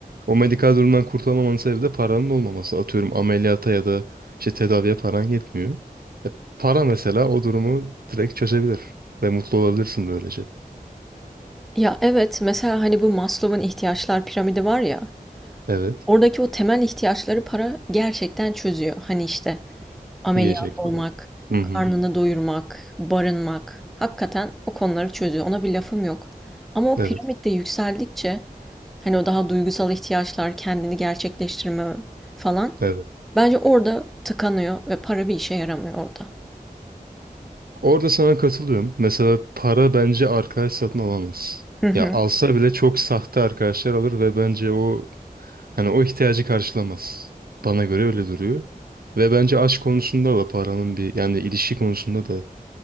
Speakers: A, on the right; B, in the centre.
A: o medikal durumdan kurtulamamanın sebebi de paranın olmaması. Atıyorum ameliyata ya da işte tedaviye paran yetmiyor. E, para mesela o durumu direkt çözebilir ve mutlu olabilirsin böylece.
B: Ya evet mesela hani bu Maslow'un ihtiyaçlar piramidi var ya.
A: Evet.
B: Oradaki o temel ihtiyaçları para gerçekten çözüyor. Hani işte ameliyat
A: Yiyecek
B: olmak,
A: falan. Hı hı.
B: karnını doyurmak, barınmak. Hakikaten o konuları çözüyor. Ona bir lafım yok. Ama o
A: Evet,
B: piramitte yükseldikçe hani o daha duygusal ihtiyaçlar, kendini gerçekleştirme falan
A: evet.
B: Bence orada tıkanıyor ve para bir işe yaramıyor orada.
A: Orada sana katılıyorum. Mesela para bence arkadaş satın alamaz.
B: Hı hı.
A: Ya alsa bile çok sahte arkadaşlar alır ve bence o hani o ihtiyacı karşılamaz. Bana göre öyle duruyor. Ve bence aşk konusunda da paranın bir yani ilişki konusunda da